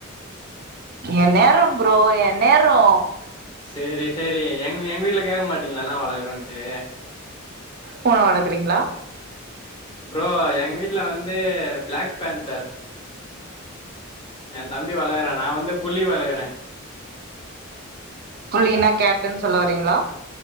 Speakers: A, on the right; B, on the left.
A: எ நேரோ ப்ரோ எ நேரோ
B: செரி செரி எங் எங்க வீட்ல கேட்க மாட்டீங்களா ந வளக்கறோன்ட்டு
A: பூன வளக்றீங்களா
B: ப்ரோ எங்க வீட்ல வந்து பிளாக் பேன்தர் எ தம்பி வளகுறா நா வந்து புலி வளகுற
A: புலியனா கேட்டுன் சொல்ல வரீங்ளா